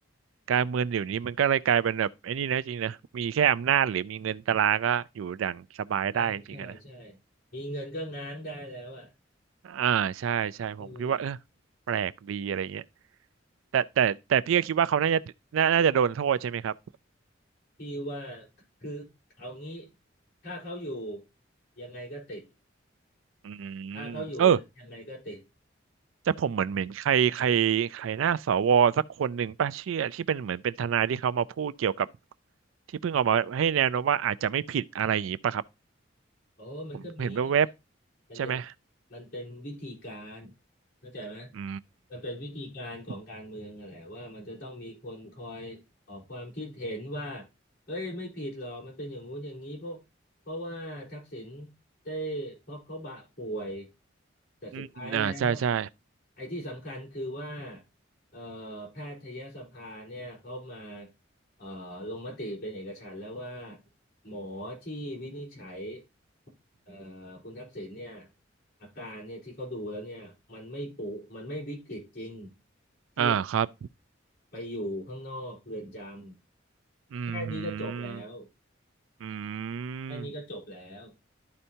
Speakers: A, on the right; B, on the left.
A: การเมืองเดี๋ยวนี้มันก็เลยกลายเป็นแบบไอ้นี่นะจริงนะมีแค่อำนาจหรือมีเงินตราก็อยู่อย่างสบายได้จริงๆอะนะ
B: ใช่ใช่ใช่ มีเงินก็ง้างได้แล้วอ่ะ
A: อ่าใช่ใช่ผมคิดว่าเออ
B: เออ
A: แปลกดีอะไรเงี้ยแต่แต่แต่พี่ก็คิดว่าเขาน่าจะน่าน่าจะโดนโทษใช่ไหมครับ
B: พี่ว่าคือเอางี้ถ้าเขาอยู่ยังไงก็ติด
A: อืมเออ
B: ถ้าเขาอยู่นะยังไงก็ติด
A: แต่ผมเหมือนเหมือนใครใครใครหน้าสวสักคนหนึ่งป่ะเชื่อที่เป็นเหมือนเป็นทนายที่เขามาพูดเกี่ยวกับที่เพิ่งออกมาให้แนวโน้มว่าอาจจะไม่ผิดอะไรอย่างนี้ป่ะครับ
B: โอ้มันก็มีนะ
A: ผมเห็นแวบๆใช่ไหม
B: มันเป็นมันเป็นวิธีการเข้าใจไหม
A: อื
B: มันเป็นวิธีการของการเมืองอะแหละว่ามันจะต้องมีคนคอยออกความคิดเห็นว่า
A: ม
B: เอ้ยไม่ผิดหรอกมันเป็นอย่างงู้นอย่างนี้เพราะเพราะว่าทักษิณได้เพราะเขาบะป่วยแต่สุดท้ายแล้ว
A: อืมอ่าใช่ใช่
B: ไอ้ที่สำคัญคือว่าเอ่อแพทยสภาเนี่ยเขามาเอ่อลงมติเป็นเอกฉันท์แล้วว่าหมอที่วินิจฉัย เอ่อคุณทักษิณเนี่ยอาการเนี่ยที่เขาดูแล้วเนี่ยมันไม่ปุมันไม่วิกฤตจริงที่จะ
A: อ่าครับ
B: ไปอยู่ข้างนอกเรือนจำแค่นี้ก็จบแล้ว
A: อืมหืมอื
B: แค่นี้ก็จบแล้ว
A: ม